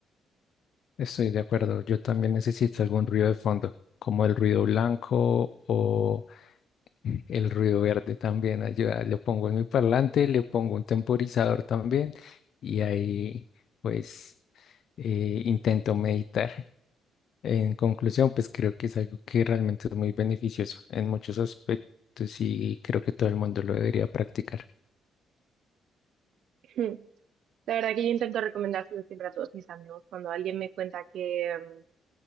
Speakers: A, on the left; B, on the right.
A: Estoy de acuerdo, yo también necesito algún ruido de fondo, como el ruido blanco o el ruido verde también ayuda. Lo pongo en mi parlante, le pongo un temporizador también y ahí pues eh, intento meditar. En conclusión, pues creo que es algo que realmente es muy beneficioso en muchos aspectos y creo que todo el mundo lo debería practicar.
B: <laughs> Hmm. La verdad que yo intento recomendárselo siempre a todos mis amigos. Cuando alguien me cuenta que, mm,